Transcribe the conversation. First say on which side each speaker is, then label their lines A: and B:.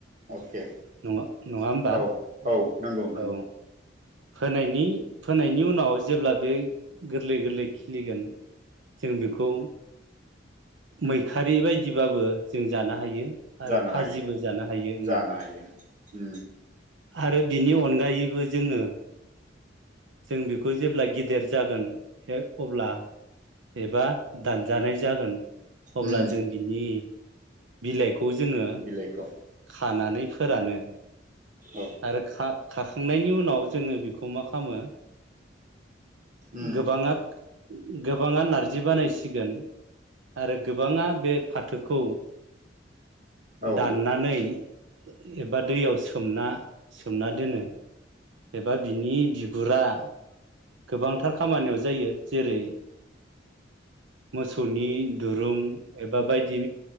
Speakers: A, on the right; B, on the right.
A: अके
B: नङा नङा होमबा
A: औ औ नंगौ नंगौ
B: औ फोनायनि फोनायनि उनाव जेब्ला बे गोरलै गोरलै खिलिगोन जों बेखौ मैखारि बायदिबाबो जों जानो हायो। आरो
A: जानो
B: फाजिबो
A: हायो
B: जानो हायो ओं
A: जानो हायो उम
B: आरो बिनि अनगायैबो जोङो जों बेखौ जेब्ला गेदेर जागोन अब्ला एबा दानजानाय जागोन अब्ला
A: उम
B: जों बिनि बिलाइखौ जोङो
A: बिलाइखौ
B: खानानै फोरानो
A: औ
B: आरो खा खाखांनायनि उनाव जोङो बेखौ मा खालामो
A: उम
B: गोबाङा गोबाङा नारजि बानायसिगोन। आरो गोबाङा बे फाथोखौ।
A: औ
B: दाननानै एबा दैयाव सोमना। सोमना दोनो एबा बिनि बिगुरा गोबांथार खामानियाव जायो जेरै मोसौनि दुरुं एबा बायदि